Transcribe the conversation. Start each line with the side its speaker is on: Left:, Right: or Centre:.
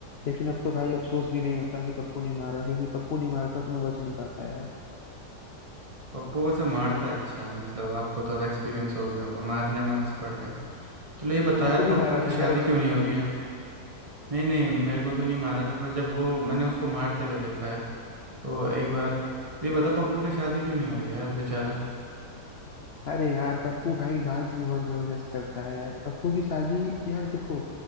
Left: लेकिन अब तो भाई अफसोस भी नहीं होता कि पप्पू ने मारा क्योंकि पप्पू नहीं मारता तो मैं बच नहीं पाता यार
Right: पप्पू वैसे मारता अच्छा है मतलब आपको तो अब एक्सपीरियंस हो गया होगा मारने में एक्सपर्ट है चलो ये बताओ
Left: तुमको
Right: यार
Left: भी
Right: पप्पू
Left: मारा
Right: की
Left: था
Right: शादी
Left: क्या उसने
Right: क्यों नहीं हो रही है नहीं नहीं मेरे को तो नहीं मारा था पर जब वो मैंने उसको मारते हुए देखा है तो एक बार तो ये बता पप्पू की शादी क्यों नहीं हो रही है यार बेचारा
Left: अरे यार पप्पू भाई डांस भी बहुत जबरदस्त करता है यार पप्पू की शादी यार देखो